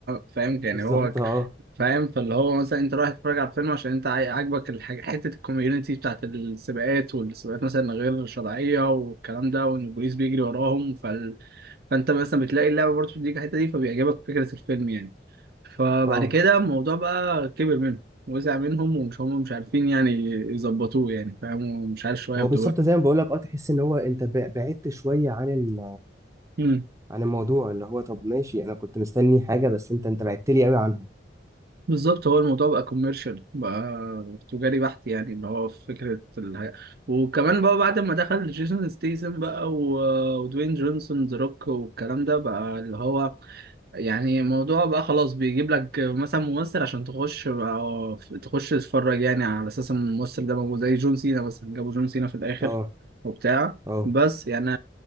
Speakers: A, on the right (about 55°); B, on the right (about 15°).
A: فاهم
B: بالظبط
A: يعني هو
B: اه
A: فاهم فاللي هو مثلا انت رايح تتفرج على الفيلم عشان انت عاي- عاجبك الحاجة حتة الكوميونتي بتاعت السباقات والسباقات مثلا غير شرعية والكلام ده وان البوليس بيجري وراهم فال... فانت مثلا بتلاقي اللعبة برضه بتديك الحتة دي فبيعجبك فكرة الفيلم يعني فبعد
B: اه
A: كده الموضوع بقى كبر منهم وسع منهم ومش هم مش عارفين يعني يظبطوه يعني فاهم ومش عارف شوية
B: هو
A: في
B: بالظبط زي ما بقول لك اه تحس ان هو انت بع- بعدت شويه عن ال...
A: دبي
B: عن الموضوع اللي هو طب ماشي انا كنت مستني حاجه بس انت انت بعدت لي قوي عنها
A: بالظبط هو الموضوع بقى كوميرشال بقى تجاري بحت يعني اللي هو في فكرة الهي... وكمان بقى بعد ما دخل جيسون ستيسن بقى و... ودوين جونسون ذا روك والكلام ده بقى اللي هو يعني الموضوع بقى خلاص بيجيب لك مثلا ممثل عشان تخش بقى... تخش تتفرج يعني على أساس إن الممثل ده موجود زي جون سينا مثلا جابوا جون سينا في الآخر
B: اه
A: وبتاع
B: اه
A: بس يعني